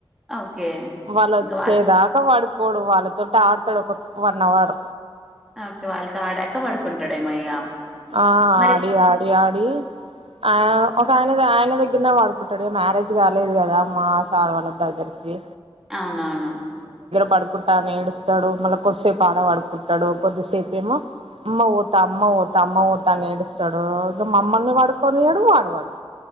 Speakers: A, in the centre; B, on the right.
A: ఓకే
B: వాళ్ళు
A: ఇంక
B: వచ్చేదాకా
A: వాళ్ళ
B: పడు కోడు వాళ్ళతోటి ఆడతడు ఒక వన్ అవర్
A: ఓకే వాళ్ళతో ఆడాక పడుకుంటాడేమో ఇగ
B: ఆ
A: మరి
B: ఆడి ఆడి ఆడి ఆ ఒక ఆయన ఆయన కింద పడుకుంటాడు మ్యారేజ్ కాలేదు కదా మా సార్ వాళ్ళ బ్రదర్ కి
A: అవునవును
B: పడుకుంటా ఏడుస్తాడు మళ్ళా కొద్దిసేపు ఆడ పడుకుంటడు కొద్దిసేపు ఏమో అమ్మ ఊతా అమ్మ ఊతా అమ్మ ఊతా అని ఏడుస్తాడు ఇక మమ్మల్ని పడుకొనియడు వాడు పడుకోడు